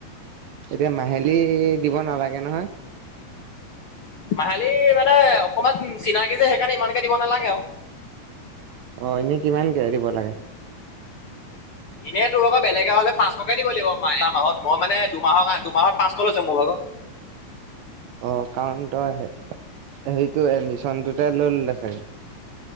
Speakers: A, on the right; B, on the left.
A: এতিয়া মাহেলী দিব নালাগে নহয়
B: মাহেলি মানে অকমান চিনাকি যে সেইকাৰণে ইমানকে দিব নালাগে আও
A: অ এনেই কিমানকে দিব লাগে
B: এনেই তোৰ ভাগৰ বেলেগে হলে পাঁশকে দিব লাগিব ম এটা মাহত মই মানে দুমাহৰ দুমাহত পাঁচশ লৈছো মোৰ ভাগৰ।
A: অ কাৰণ তই হেৰিটো এডমিশনটোতে লৈ ললে চাগে।